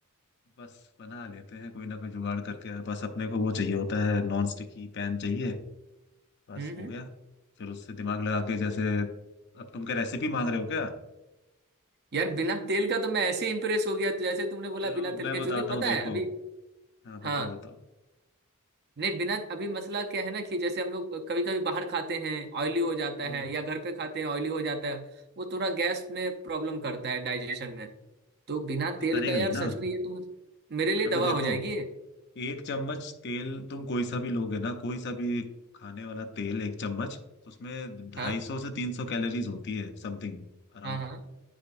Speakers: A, on the left; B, on the right.
A: बस बना लेते हैं कोई ना कोई जुगाड़ करके बस अपने को वो चाहिए होता है नॉन स्टिकी पैन चाहिए बस
B: हम्म
A: हो
B: हम्म
A: गया फिर उससे दिमाग लगा के जैसे अब तुम क्या रेसिपी मांग रहे हो क्या
B: यार बिना तेल का तो मैं ऐसे इंप्रेस हो गया जैसे तुमने बोला
A: चलो
B: बिना तेल
A: मैं
B: के
A: बताता
B: क्योंकि
A: हूँ
B: पता
A: देखो
B: है अभी
A: हाँ बताओ
B: हाँ
A: बताओ
B: नहीं बिना अभी मसला क्या है ना कि जैसे हम लोग कभी कभी बाहर खाते हैं ऑयली हो जाता
A: हम्म
B: है या घर पे खाते हैं ऑयली हो जाता है वो थोड़ा गैस में प्रॉब्लम करता है डाइजेशन में तो बिना
A: वो तो
B: तेल
A: करेगा
B: का यार
A: ही
B: सच
A: ना
B: में ये तो मेरे लिए
A: अभी
B: दवा
A: देखो
B: हो जाएगी ये।
A: एक चम्मच तेल तुम कोई सा भी लोगे ना कोई सा भी खाने वाला तेल एक चम्मच उसमें ढाई
B: हाँ
A: सौ से तीन सौ कैलोरीज होती है समथिंग अराउंड
B: हाँ हाँ